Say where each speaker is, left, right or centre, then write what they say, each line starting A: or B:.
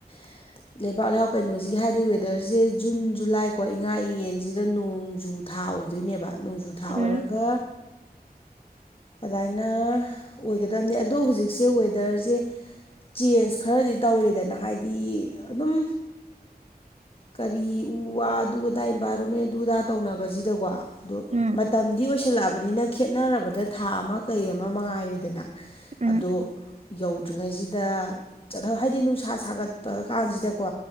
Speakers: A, on the left; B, on the right.
A: <unintelligible> ꯂꯩꯕꯥꯛ ꯂꯩꯍꯥꯎ ꯀꯩꯅꯣꯁꯤꯒꯤ ꯍꯥꯏꯗꯤ ꯋꯦꯗꯔꯁꯦ ꯖꯨꯟ ꯖꯨꯂꯥꯏꯀꯣ ꯏꯉꯥ ꯏꯌꯦꯟꯁꯤꯗ ꯅꯣꯡꯖꯨ ꯊꯥ ꯑꯣꯏꯗꯣꯏꯅꯦꯕ ꯅꯣꯡꯖꯨ ꯊꯥ ꯑꯣꯏꯔꯒ
B: ꯎꯝ
A: ꯑꯗꯨꯃꯥꯏꯅ ꯑꯣꯏꯒꯗꯕꯅꯦ ꯑꯗꯣ ꯍꯧꯖꯤꯛꯁꯦ ꯋꯦꯗꯔꯁꯦ ꯆꯦꯟꯖ ꯈꯔꯗꯤ ꯇꯧꯔꯦꯗꯅ ꯍꯥꯏꯗꯤ ꯑꯗꯨꯝ ꯀꯔꯤ ꯎ ꯋꯥ ꯑꯗꯨ ꯑꯗꯥ ꯏꯟꯚꯥꯏꯔꯣꯟꯃꯦꯟꯗꯨꯗꯥ ꯇꯧꯅꯕꯁꯤꯗꯀꯣ ꯑꯗꯣ
B: ꯎꯝ
A: ꯃꯇꯝꯗꯤ ꯑꯣꯏꯁꯜꯂꯛꯑꯕꯅꯤꯅ ꯈꯦꯠꯅꯔꯕꯗ ꯊꯥ ꯑꯃ ꯀꯩ ꯑꯃ ꯃꯉꯥꯏꯔꯦꯗꯅ
B: ꯎꯝ
A: ꯑꯗꯣ ꯌꯧꯗ꯭ꯔꯤꯉꯩꯁꯤꯗ ꯆꯠꯍꯧ ꯍꯥꯏꯗꯤ ꯅꯨꯡꯁꯥ ꯁꯥꯒꯠꯄ ꯀꯥꯟꯁꯤꯗꯀꯣ